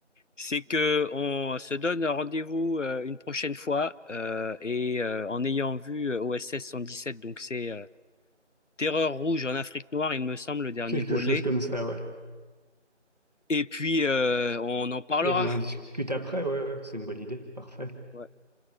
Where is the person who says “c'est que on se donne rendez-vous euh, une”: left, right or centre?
Left